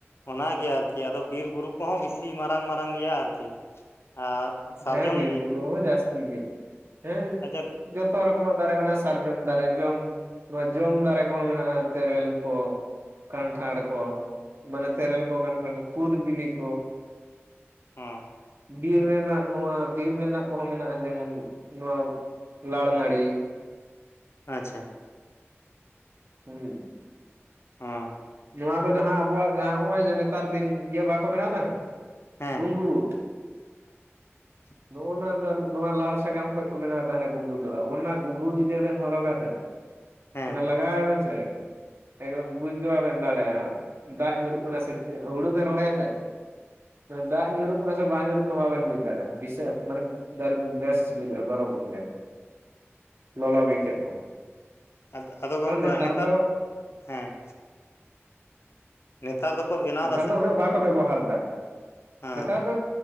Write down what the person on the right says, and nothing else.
ᱦᱮᱸ ᱵᱤᱨ ᱵᱩᱨᱩ ᱦᱚᱸ ᱡᱟᱹᱥᱛᱤ ᱜᱮ, ᱦᱮᱸ
ᱡᱚᱛᱚ ᱨᱮᱠᱚᱢᱟᱜ ᱫᱟᱨᱮ ᱢᱮᱱᱟᱜᱼᱟ ᱥᱮ ᱥᱟᱨᱡᱚᱢ ᱫᱟᱨᱮ ᱡᱚᱢ ᱱᱚᱣᱟ ᱡᱚᱢ ᱫᱟᱨᱮ ᱠᱚᱦᱚᱸ ᱢᱮᱱᱟᱜᱼᱟ ᱛᱮᱨᱮᱞ ᱠᱚ ᱠᱟᱱᱴᱷᱟᱲ ᱠᱚ ᱢᱟᱱᱮ ᱛᱮᱨᱮᱞ ᱠᱚ ᱠᱟᱱᱴᱷᱟᱲ ᱠᱚ ᱠᱩᱫ ᱵᱤᱞᱤ ᱠᱚ
ᱵᱤᱨ ᱨᱮᱱᱟᱜ ᱱᱚᱣᱟ ᱵᱤᱨ ᱨᱮᱱᱟᱜ ᱠᱚᱦᱚᱸ ᱢᱮᱱᱟᱜᱼᱟ ᱡᱮᱢᱚᱱ ᱱᱚᱣᱟ ᱞᱟᱲ ᱱᱟᱲᱤ
ᱦᱩᱸ
ᱱᱚᱣᱟ ᱫᱚ ᱡᱟᱦᱟᱸ ᱟᱵᱚᱣᱟᱜ ᱡᱟᱦᱟᱸ ᱱᱚᱜ ᱚᱭ ᱡᱮ ᱱᱮᱛᱟᱨ ᱫᱤᱱ ᱤᱭᱟᱹ ᱵᱟᱠᱚ ᱵᱮᱱᱟᱣ ᱛᱟᱦᱮᱸᱫ
ᱜᱷᱩᱸᱜᱩ
ᱱᱚᱜ ᱱᱟ ᱫᱚ ᱱᱚᱣᱟ ᱞᱟᱲ ᱥᱟᱠᱟᱢ ᱠᱷᱚᱡ ᱠᱚ ᱵᱮᱱᱟᱣ ᱛᱟᱦᱮᱱᱟ ᱜᱩᱸᱜᱩ ᱫᱚ ᱚᱱᱟ ᱜᱩᱸᱜᱩ ᱡᱩᱫᱤ ᱵᱮᱱ ᱦᱚᱨᱚᱜᱟ ᱥᱮ
ᱢᱟᱱᱮ ᱞᱟᱜᱟᱣ ᱵᱮᱱ ᱥᱮ ᱮᱠᱫᱚᱢ ᱵᱩᱡ ᱜᱮ ᱵᱟᱵᱮᱱ ᱫᱟᱲᱮᱜ ᱟ ᱫᱟᱜ ᱧᱩᱨᱩᱜ ᱠᱟᱱᱟ ᱥᱮ ᱪᱮ ᱦᱩᱲᱩ ᱵᱮᱱ ᱨᱚᱦᱚᱭᱟ ᱥᱮ ᱫᱟᱜ ᱧᱩᱨᱩᱜ ᱠᱟᱱᱟ ᱥᱮ ᱵᱟᱝ ᱧᱩᱨᱩᱜ ᱠᱟᱱᱟ ᱵᱟᱵᱮᱱ ᱵᱩᱡ ᱫᱟᱲᱮᱭᱟᱜᱼᱟ ᱫᱤᱥᱟᱹ ᱢᱟᱱᱮ ᱫᱟᱨᱩᱱ ᱵᱮᱥ ᱵᱩᱡᱩᱜᱼᱟ ᱜᱚᱨᱚᱢ ᱜᱮ ᱞᱚᱞᱚ ᱜᱮ ᱟᱹᱭᱠᱟᱹᱜ ᱛᱟᱢᱟ
ᱛᱚ
ᱫᱚ
ᱱᱮᱛᱟᱨ
ᱫᱚ
ᱩᱱᱟᱹᱜ ᱵᱟᱠᱚ ᱵᱮᱵᱚᱦᱟᱨ ᱮᱫᱟ
ᱱᱮᱛᱟᱨ ᱫᱚ